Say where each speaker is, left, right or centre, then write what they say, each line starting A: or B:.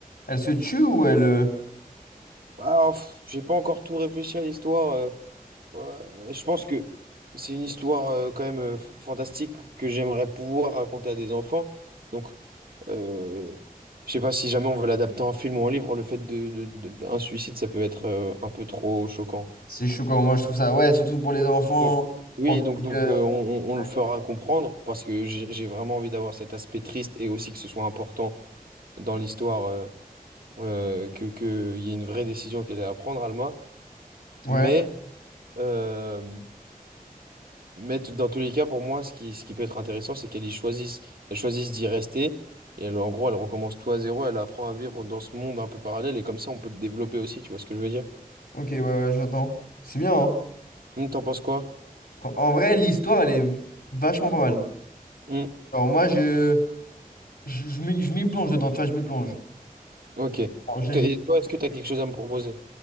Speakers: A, on the left (about 85°); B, on the right (about 75°).
A: elle se tue ou elle. euh,
B: Ah, pff, j'ai pas encore tout réfléchi à l'histoire. euh, ouais, je pense que c'est une histoire euh, quand même euh, f- fantastique que j'aimerais pouvoir raconter à des enfants. Donc euh, je sais pas si jamais on veut l'adapter en film ou en livre, le fait de, de- de- d'un suicide ça peut être euh, un peu trop choquant.
A: C'est choquant. Moi, je trouve ça. Ouais, surtout pour les enfants.
B: Donc, oui,
A: Pour le
B: donc,
A: public,
B: donc
A: euh,
B: euh, on, on- on
A: Ouais.
B: le fera comprendre parce que j'ai j'ai vraiment envie d'avoir cet aspect triste et aussi que ce soit important dans l'histoire, euh, euh, que, qu'il y ait une vraie décision qu'elle ait à prendre, Alma.
A: Ouais.
B: Mais, euh, mais t- dans tous les cas, pour moi, ce qui, ce qui peut être intéressant, c'est qu'elle y choisisse, elle choisisse d'y rester. Et elle- en gros, elle recommence tout à zéro, elle apprend à vivre dans ce monde un peu parallèle et comme ça, on peut le développer aussi, tu vois ce que je veux dire?
A: Ok, ouais, ouais, j'entends. C'est bien, hein.
B: Hmm, t'en penses quoi?
A: Fr- En vrai, l'histoire, elle est vachement pas mal.
B: Hmm,
A: Alors moi, je, je, je m'y je m'y plonge dedans, tu vois, je m'y plonge.
B: ok. Et
A: Alors, j'ai-
B: toi, et
A: j'ai-
B: toi, est-ce que tu as quelque chose à me proposer?